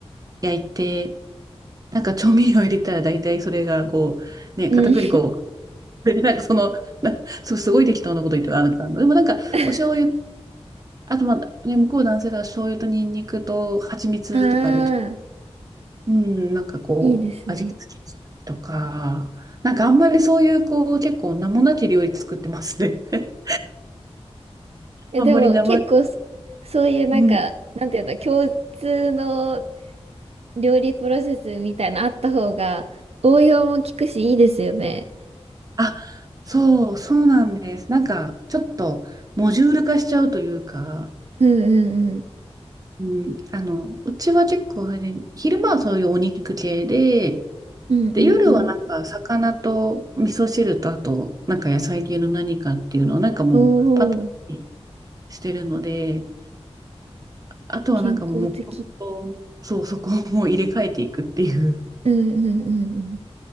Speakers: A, on the right; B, on the right.
A: 焼いて、なんか調味料入れたら大体それがこう、ね、
B: うん。
A: 片栗粉、でなんかその、な、すすごい適当なこと言ってる、あなんか、あのでもなんか、
B: <laughs>
A: お醤油、あとまあ、ね、向こう男性だから醤油とニンニクと蜂蜜とかで、
B: ああ、
A: うん、なんかこう、
B: いいですね。
A: 味付けしたりとか、なんかあんまりそういうこう、結構名もなき料理作ってますね。<laughs>
B: いや、
A: あんまり名前、
B: でも結構そ、そういうなんか、
A: うん
B: なんていうんだ、共通の料理プロセスみたいなあった方が、応用も効くし、いいですよね。
A: あ、そう、そうなんです。なんか、ちょっと、モジュール化しちゃうというか、
B: うんうん
A: うん、あの、うちは結構ね、昼間はそういうお肉系で、
B: うん。うんうんうん。
A: で、夜はなんか、魚と味噌汁と、あと、なんか野菜系の何かっていうのは、なんかもう、
B: おお、
A: パターンにしてるので、あとはなんかもう、
B: 健康的。
A: 黙々と、そう、そこをもう入れ替えていくっていう
B: うんうんうん